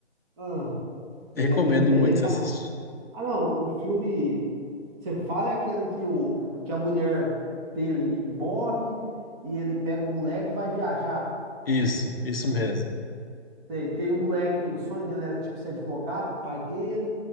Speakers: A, on the right (about 20°); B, on the left (about 55°).
A: ah,
B: Recomendo
A: ele, é aquele velho
B: muito
A: é emba...
B: você assistir.
A: Ah, não, o filme. Você fala é aquele que, o, que a mulher dele morre e ele pega o moleque e vai viajar.
B: Isso, isso mesmo.
A: Sei, que aí o moleque, o sonho dele era tipo ser advogado, pai dele.